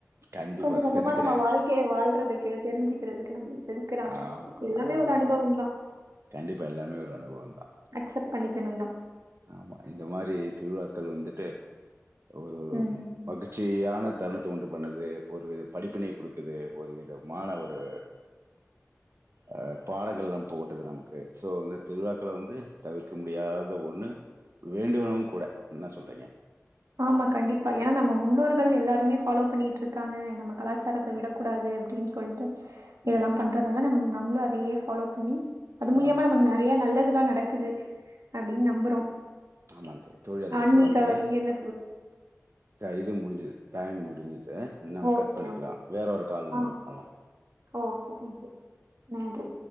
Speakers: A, on the right; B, on the right.
A: கண்டிப்பா
B: கொஞ்ச கொஞ்சமா
A: செதுக்குறாங்க.
B: நம்ம வாழ்க்கைய வாழ்றதுக்கு தெரிஞ்சுக்கிறதுக்கு நம்மளய செதுக்குறாங்க
A: ஆமா,
B: எல்லாமே
A: ஆமா,
B: ஒரு அனுபவம்தா
A: ஆமா. கண்டிப்பா எல்லாமே ஒரு அனுபவந்தா
B: அக்செப்ட் பண்ணிக்கணும் தான்.
A: ஆமா இந்த மாரி திருவிழாக்கள் வந்து ஒரு
B: ம்.
A: மகிச்சியானத் தருணத்த உண்டு பண்ணுது ஒருவித படிப்பினி குடுக்குது ஒரு விதமான ஒரு அ பாடங்கள் நம் போத் இது நமக்கு சோ வந்து திருவிழாக்களே வந்து தவிர்க்க முடியாத ஒண்ணு வேண்டுவனுவு கூட என்ன சொல்றீங்க
B: ஆமா கண்டிப்பா ஏன்னா நம்ம முன்னோர்கள் எல்லாருமே ஃபாலோ பண்ணிட்டு இருக்காங்க நம்ம கலாச்சாரத்த விடக்க கூடாது அப்டின்னு சொல்லிட்டு இதெல்லா
A: ம்.
B: பண்றதலே நம்ம நம்மளு அதயே ஃபாலோ பண்ணி அது மூலியமா
A: ஆமா.
B: நமக்கு நறைய நல்ல ல்லா நடக்குது அப்பிடின்னு நம்புறோ
A: ஆமாங்க தோழி. தோழி அதுக்கப்புறம்
B: ஆன்மீக
A: வந்து
B: வலி யில்ல
A: இது முடிஞ்சுது. டைம் முடிஞ்சுது. நம்ம
B: ஓகே.
A: கட் பண்ணிக்கலா. வேற ஒரு கால் நம்ம
B: ஆ
A: மீட் பண்லா.
B: ஓகே. தேங்க்யூ. நன்றி.